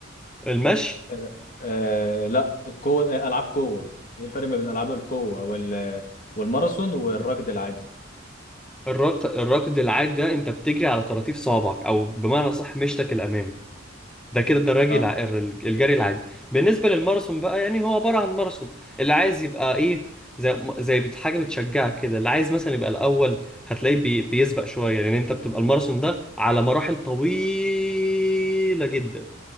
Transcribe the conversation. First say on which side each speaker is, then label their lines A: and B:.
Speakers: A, in the centre; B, on the left.
A: المشي
B: آه آه، لا قوة آه، ألعاب قوة ايه الفرق ما بين ألعاب القوة وال والماراثون والركض العادي
A: الرق... الركض العادي ده انت بتجري على طراطيف صوابعك او بمعنى صح مشتك الأمامي ده كده الدراجي
B: اه
A: الع... الجري العادي بالنسبة للماراثون بقى يعني هو عبارة عن ماراثون اللي عايز يبقى ايه زي زي بت- حاجة بتشجعك كده اللي عايز مثلا يبقى الأول هتلاقيه بي... بيسبق شوية لأن أنت بتبقى الماراثون ده على مراحل طويلة جدا